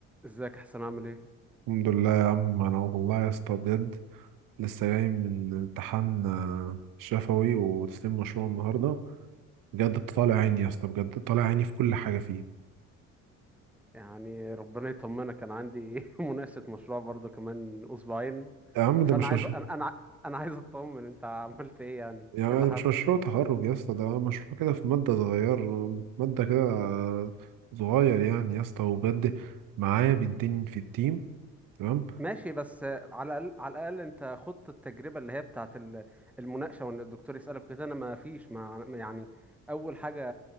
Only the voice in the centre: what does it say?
ازيك احسن عامل ايه
يعني ربنا يطمنك انا عندي <laughs> مناقشة مشروع برضو كمان اسبوعين
فانا
عايز
انا انا انا عايز اطمن انت عملت ايه يعني
ايه اللي حصل
ماشي بس على الاقل على الاقل انت خضت التجربة اللي هي بتاعت ال- المناقشة وان الدكتور يسألك كده انا ما فيش ما يعني اول حاجة